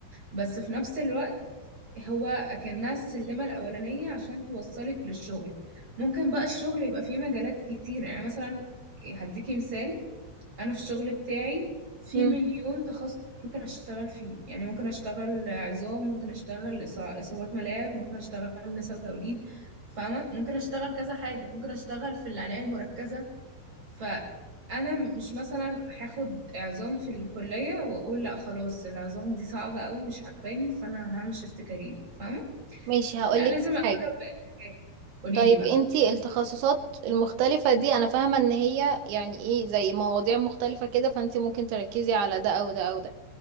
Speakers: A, on the right; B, on the right.
A: بس في نفس الوقت هو أكنها السلمة الأولانية عشان توصلك للشغل ممكن بقى الشغل يبقى فيه مجالات كتير يعني مثلا هديكي مثال أنا في الشغل بتاعي في
B: مم.
A: مليون تخصص ممكن أشتغل فيه يعني ممكن أشتغل عظام ممكن أشتغل إصا- إصابات ملاعب ممكن أشتغل نساء وتوليد فاهمة ممكن أشتغل كذا حاجة ممكن أشتغل في العناية المركزة فأنا مش مثلا هاخد عظام في الكلية وأقول لأ خلاص العظام دي صعبة قوي مش عجباني فأنا هعمل شيفت كارير فاهمة
B: ماشي هقولك
A: لا لازم اجرب
B: حاجة
A: باقي الحاجات قولي
B: طيب
A: لي بقى
B: انتي التخصصات المختلفة دي انا فاهمة ان هي يعني ايه زي مواضيع مختلفة كده فانتي ممكن تركزي على ده او ده او ده